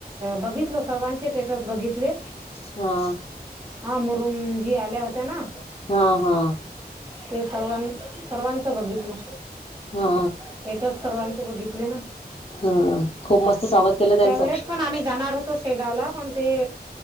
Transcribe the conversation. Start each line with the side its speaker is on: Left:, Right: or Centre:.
Right: बघितलं सर्वांचे स्टेटस बघितले.
Left: हा
Right: हा मुरुमजी आल्या होत्या ना
Left: हा हा
Right: ते सर्वां सर्वांच बघितलं.
Left: हा
Right: स्टेटस सर्वांचे बघितले ना.
Left: हम खूप मस्त स्वागत केलं
Right: त्यावेळेस
Left: त्यांचं.
Right: पण आम्ही जाणार तो शेगावला पण ते